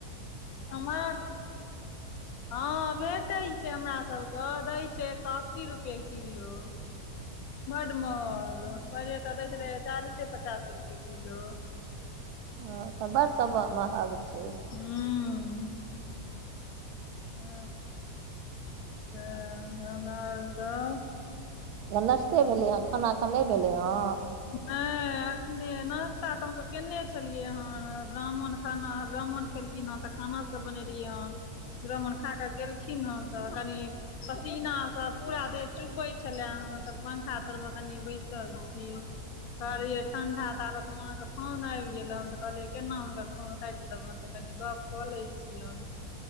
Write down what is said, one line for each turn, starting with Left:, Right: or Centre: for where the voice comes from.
Left: हमर हां भेटै छै हमरा सबके, दै छै एक सौ अस्सी रुपया किलो। बड महग पहिले तऽ दै छलै अय चालीसे पचास रुपए किलो।
Right: हँ तऽ बड़ सबऽ महग छै।
Left: हूँऽ। अ अच्छा तहन और सब
Right: नाश्ते भेलै हे, खाना अखन नहि भेलै हँ।
Left: नहि एखने नास्ता तऽ हमसब केने छलियै हन, ब्राह्मण खाना ब्राह्मण छलखिन हेँ तऽ खाना सब बनेलियै हेँ ब्राह्मण खा क गेलखिन हेन तऽ कनि सपीना सऽ पूरा देह। चुबेै छेल्ला हन तऽ पंखा तर मे कनि बैसल छी। कहलियै ठण्डा ताबत माँके फोन आबि गेलै तऽ कहलियै केना हुनकर फोन काटि देबनि त कनी गप कऽ लै छियनि।